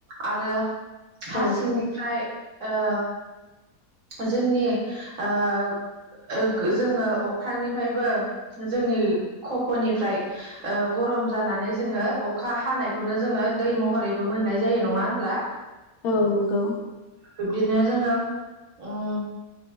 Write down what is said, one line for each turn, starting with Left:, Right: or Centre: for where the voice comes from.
Right: आरो हा
Left: औ
Right: सिंनिफ्राय ओ जोंनि ओ ओ गो जोङो अख्रांनिफ्रायबो जोंनि खफ'निफ्राय ओ ग रम जानानै जोङो अखा हानायखौनो जोङो दै महरैबो मोननाय जायो नङा होनब्ला
Left: औ नंगौ
Right: बिब्दिनो जोङो उम